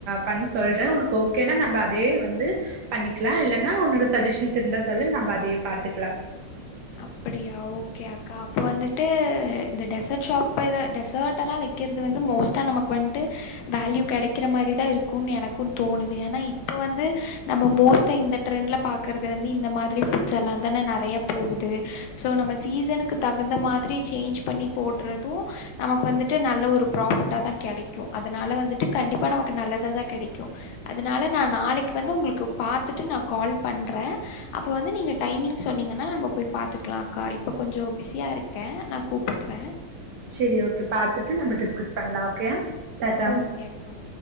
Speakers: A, on the right (about 70°); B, on the left (about 80°).
A: பண்ணி சொல்றே ஒனக்கு ஓகே ஓகே னா நம்ம அதே வந்து பண்ணிக்கலா இல்லேன்னா உன்னோட சஜ்ஜஷன்ஸ் இருந்தா சொல்லு நம்ம அதையே பாத்துக்கலா
B: அப்படியா ஓகே அக்கா அப்ப வந்துட்டு இந்த டெசர்ட் ஷாப் இப்ப இத டெசர்ட்டெல்லா வைக்கிறது வந்து மோஸ்ட்டா நமக்கு வந்ட்டு வேல்யூ கெடைக்கிற மாரிதா இருக்குன்னு எனக்கும் தோணுது ஏன்னா இப்ப வந்து நம்ம மோஸ்ட் டா இந்த ட்ரெண்ட்ல பாக்கறது வந்து இந்த மாதிரி ஃபுட்ஸ் எல்லாந்தானே நறையா போகுது சோ நம்ம சீசனுக்கு தகுந்த மாதிரி சேஞ்ச் பண்ணி போட்றது நமக்கு வந்துட்டு நல்ல ஒரு ப்ராஃபிட்டாதா கெடைக்கு அதனால வந்துட்டு கண்டிப்பா நமக்கு நல்லதாதா கெடைக்கு அதுனால நா நாளைக்கு வந்து உங்களுக்கு பாத்துட்டு நா கால் பண்றே அப்ப வந்து நீங்க டைமிங் சொன்னீங்கனா நம்ம போய் பாத்துக்கலா அக்கா இப்போ கொஞ்சோ பிஸியா இருக்கே நா கூப்புட்றே
A: சேரி ஓகே பாத்துட்டு நம்ம டிஸ்கஸ் பண்லா ஓகேயா டாட்டா
B: ஓகே அக்கா